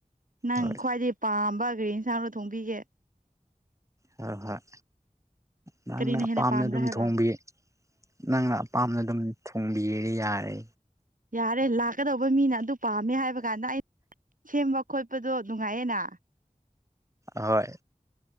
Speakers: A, on the right (about 65°); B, on the right (about 20°).
A: ꯅꯪ
B: ꯍꯣꯏ
A: ꯈ꯭ꯋꯥꯏꯗꯩ ꯄꯥꯝꯕ ꯒꯔꯤ ꯏꯟꯁꯥꯡꯗꯣ ꯊꯣꯡꯕꯤꯒꯦ
B: ꯍꯣꯏ ꯍꯣꯏ ꯅꯪꯅ
A: ꯀꯔꯤꯅ
B: ꯑꯄꯥꯝꯅ
A: ꯍꯦꯟꯅ ꯄꯥꯝꯕ꯭ꯔꯥ
B: ꯑꯗꯨꯝ
A: ꯍꯥꯏꯕ
B: ꯊꯣꯡꯕꯤ ꯅꯪꯅ ꯑꯄꯥꯝꯅ ꯑꯗꯨꯝ ꯄꯨꯡꯕꯤꯔꯤ ꯌꯥꯔ
A: ꯌꯥꯔꯦ ꯂꯥꯛꯀꯗꯧꯕ ꯃꯤꯅ ꯑꯗꯨ ꯄꯥꯝꯃꯦ ꯍꯥꯏꯕ ꯀꯥꯟꯗ ꯑꯩ ꯁꯦꯝꯕ ꯈꯣꯠꯄꯗꯣ ꯅꯨꯡꯉꯥꯏꯌꯦꯅ
B: ꯍꯣꯏ